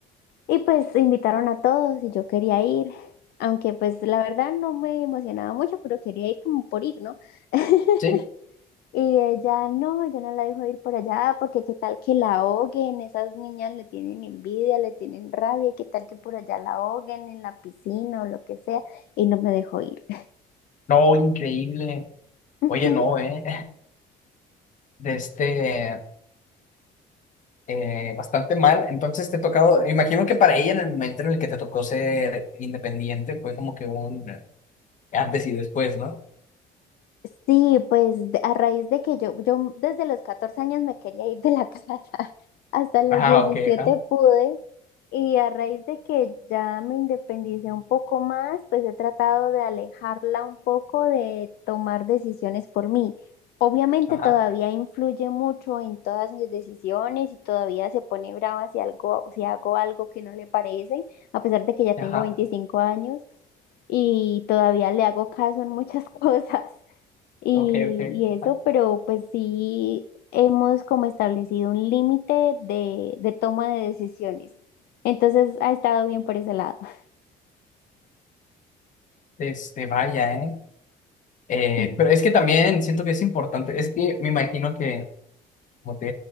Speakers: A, on the left; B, on the left.
A: y pues invitaron a todos y yo quería ir, aunque pues la verdad no me emocionaba mucho, pero quería ir como por ir, ¿no? <laughs>
B: sí.
A: Y ella, no, yo no la dejo ir por allá porque qué tal que la ahoguen, esas niñas le tienen envidia, le tienen rabia, y qué tal que por allá la ahoguen en la piscina o lo que sea, y no me dejó ir.
B: No, increíble.
A: <laughs>
B: Oye, no, ¿eh? de este, eh, bastante mal. Entonces te ha tocado, imagino que para ella en el momento en el que te tocó ser independiente fue como que un antes y después, ¿no?
A: Sí, pues de- a raíz de que yo, yo desde los 14 años me quería ir de la <laughs> casa, hasta los
B: Ajá,
A: 17
B: ok, ajá,
A: pude, y a raíz de que ya me independicé un poco más, pues he tratado de alejarla un poco de tomar decisiones por mí. Obviamente
B: ajá,
A: todavía influye mucho en todas mis decisiones y todavía se pone brava si algo, si hago algo que no le parece, a pesar de que ya
B: ajá,
A: tengo 25 años y todavía le hago caso en muchas <laughs> cosas y,
B: ok, ok.
A: y eso,
B: ajá.
A: pero pues sí hemos como establecido un límite de, de toma de decisiones. Entonces ha estado bien por ese lado. <laughs>
B: Este, vaya, ¿eh? Eh,
A: Sí,
B: pero es que también siento que es importante, es que me imagino que como te,